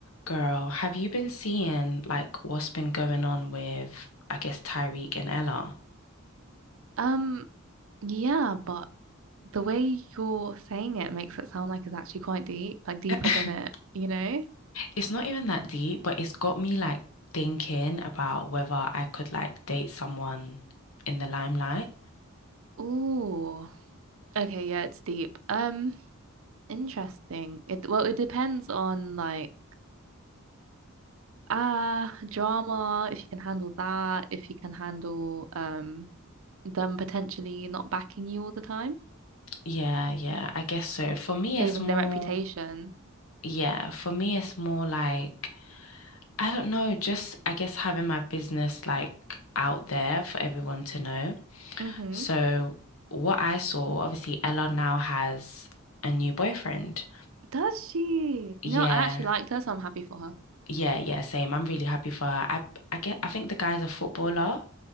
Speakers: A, on the left; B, on the right.
A: Girl, have you been seeing like what's been going on with, I guess, Tyreek and Ella?
B: Um, yeah, but the way you're saying it makes it sound like it's actually quite deep, like deeper
A: <laughs>
B: than it, you know?
A: It's not even that deep, but it's got me like thinking about whether I could like date someone in the limelight.
B: Ooh. Okay, yeah, it's deep. Um, interesting. It well, it depends on like ah, drama, if you can handle that, if you can handle um them potentially not backing you all the time,
A: Yeah, yeah, I guess so. For me,
B: saving
A: it's more,
B: their reputation.
A: yeah, for me, it's more like, I don't know, just I guess having my business like out there for everyone to know.
B: Mm-hmm.
A: So, what I saw, obviously, Ella now has a new boyfriend.
B: Does she?
A: Yeah,
B: You know, I actually liked her, so I'm happy for her.
A: yeah, yeah, same. I'm really happy for her. I I get I think the guy's a footballer.